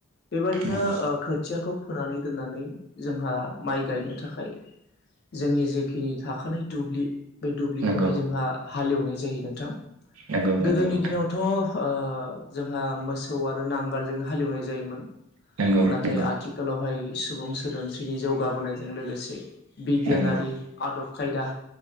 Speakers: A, on the left; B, on the right.
A: बेबायदिनो
B: नंगौ
A: ओ खोथियाखौ फोनानै दोननानै जोंहा माइ गायनो थाखाय जोंनि जेखिनि थाखानाय दुब्लि बे दुब्लिखौहाय
B: नंगौ
A: जोंहा हालेवनाय जायो नोंथां
B: नंगौ नंगौ
A: गोदोनि
B: नोंथां
A: दिनावथ' ओ जोंहा मो सौ आरो नांगालजोंनो हालेवनाय जायोमोन
B: नंगौ
A: नाथाय
B: नंगौ
A: आथिखालाव बेहाय सुबुं सोदोमस्रिनि जौगाबोनायजों लोगोसे बिगियानारि
B: नंगौ
A: आदब खायदा